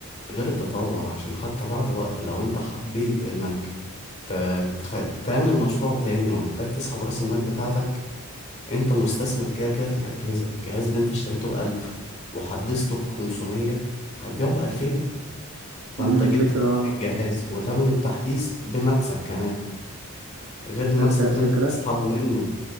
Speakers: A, on the left (about 30°); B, on the right (about 75°).
A: غير التطور عشان حتى بعد وقت لو انت حبيت انك ت- تخ- تعمل مشروع تاني ومحتاج تسحب رأس المال بتاعتك انت مستثمر كده كده في الأجهزة الجهاز اللي انت اشتريته بألف وحدثته بخمسمية هتبيعه بألفين فانت
B: امم
A: جبت
B: فكره
A: تمن الجهاز وتمن التحديث بمكسب كمان غير المكسب
B: تصدق
A: اللي
B: فكره
A: انت بتسحبه منه